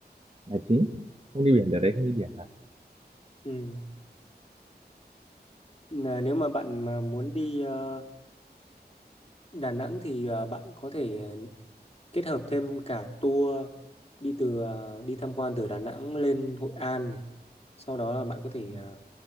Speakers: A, on the right (about 35°); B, on the left (about 35°).
A: là chính không đi biển đợt đấy không đi biển thật
B: ừ. Là nếu mà bạn mà muốn đi ờ, Đà Nẵng thì à, bạn có thể à, kết hợp thêm cả tour đi từ à, đi tham quan từ Đà Nẵng lên Hội An này. Sau đó là bạn có thể
A: Ừ.
B: à,